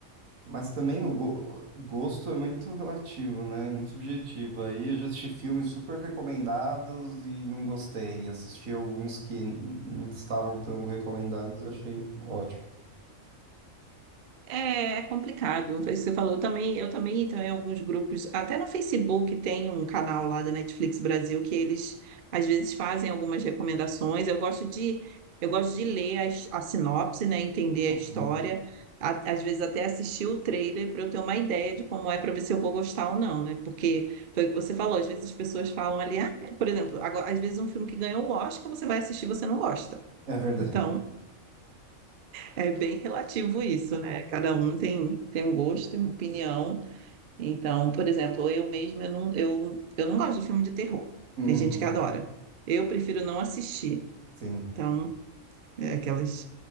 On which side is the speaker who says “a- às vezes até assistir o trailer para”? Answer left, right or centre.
Right